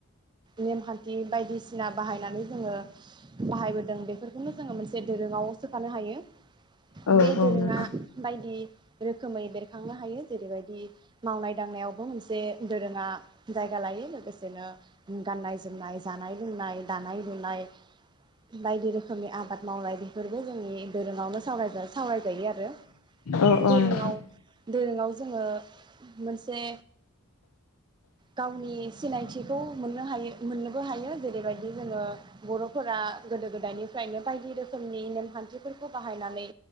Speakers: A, on the right; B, on the left.
A: नेमखान्थि बायदिसिना बाहायनानै जोंङो बाहायबोदों बेफोरखौनो जोंङो मोनसे दोरोंङाव सोफानो हायो।
B: औ
A: बे
B: औ
A: दोरोंङा
B: नोंथां
A: बायदि रोखोमै बेरखांनो हायो जेरैबायदि मावनाय - दांनायावबो मोनसे दोरोंङा जायगा लायो लोगोसेनो गाननाय - जोमनाय, जानाय - लोंनाय, दानाय - लुनाय बायदि रोखोमनि आबाद मावनाय बेफोरबो जोंनि दोरोङावनो सावरायजा सावराय जायो आरो
B: औ
A: दोरोंङाव
B: औ नोंथां
A: दोरोंङाव जोंङो मोनसे गावनि सिनायथिखौ मोननो हायो मोननोबो हायो जेरैबायदि जोंङो बर'फोरा गोदो गोदायनिफ्रायनो बायदि रोखोमनि नेमखान्थिफोरखौ बाहायनानै